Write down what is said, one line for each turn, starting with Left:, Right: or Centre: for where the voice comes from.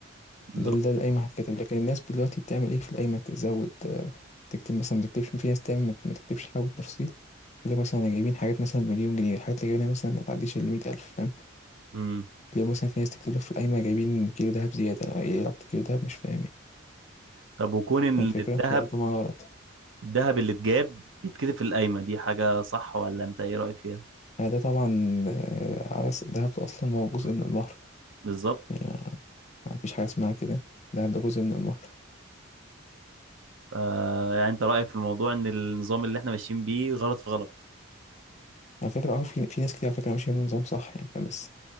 Right: بالظبط
Left: ده ده القايمة هتكتب لكن الناس دلوقتي بتعمل إيه في القايمة تزود آه، تكتب مثلا ما تكتبش في ناس تعمل ما ما تكتبش حاجة بالتفصيل لو مثلا أنا جايبين حاجات مثلا مليون جنيه الحاجات اللي جايبينها مثلا ما تعديش ال 100000 فاهم
Right: مم.
Left: لو مثلا في ناس تكتب لك في القايمة جايبين كيلو دهب زيادة إيه علاقة كيلو دهب مش فاهم يعني
Right: طب وكون إن
Left: فاهم الفكرة
Right: الذهب
Left: فده طبعا غلط
Right: الذهب اللي اتجاب بيتكتب في القايمة دي حاجة صح ولا أنت إيه رأيك فيها؟
Left: فده طبعا آه، عبث الدهب أصلا هو جزء
Right: مم.
Left: من البحر
Right: بالظبط
Left: يعني مفيش حاجة اسمها كده ده ده جزء من المهر
Right: ف يعني أنت رأيك في الموضوع إن النظام اللي إحنا ماشيين بيه غلط في غلط
Left: على فكرة اه في في ناس كتير على فكرة ماشية بنظام صح يعني فاهم بس